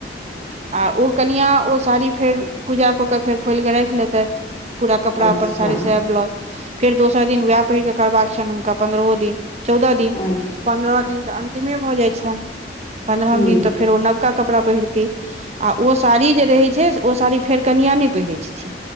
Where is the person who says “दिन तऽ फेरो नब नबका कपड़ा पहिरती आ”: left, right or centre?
Right